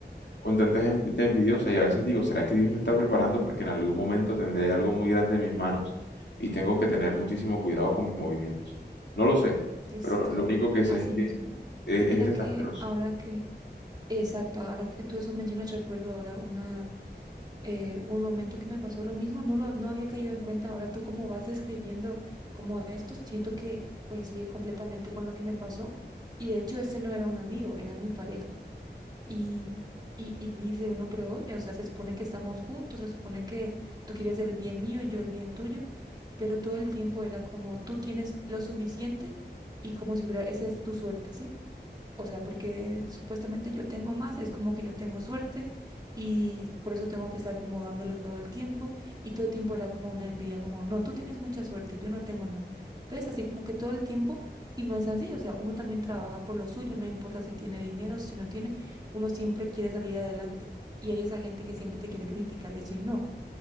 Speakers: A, on the left (about 80°); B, on the right (about 20°).
A: con tanta gente envidiosa y a veces digo, ¿será que Dios me está preparando porque en algún momento tendré algo muy grande en mis manos y tengo que tener muchísimo cuidado con mis movimientos? No lo sé,
B: exacto,
A: pero lo único que sé
B: así
A: es que
B: mismo.
A: es,
B: Mira
A: es desastroso.
B: que ahora que, exacto, ahora que tú eso mencionas, recuerdo ahora una eh, un momento que me pasó lo mismo, no lo no había caído en cuenta. Ahora tú como vas describiendo como esto, siento que coincide completamente con lo que me pasó. Y de hecho ese no era un amigo, era mi pareja. Y, y, y dice uno, pero oye, o sea, se supone que estamos juntos, se supone que tú quieres el bien mío, yo el bien tuyo, pero todo el tiempo era como tú tienes lo suficiente y como si fuera, esa es tu suerte, ¿sí? O sea, porque supuestamente yo tengo más, es como que yo tengo suerte y por eso tengo que estar como dándole todo el tiempo y todo el tiempo era como una envidia, como, no, tú tienes mucha suerte, yo no tengo nada. ¿Ves? Así como que todo el tiempo y no es así, o sea, uno también trabaja por lo suyo, no importa si tiene dinero, si no tiene, uno siempre quiere salir adelante y hay esa gente que siempre te quiere criticar y decir, no.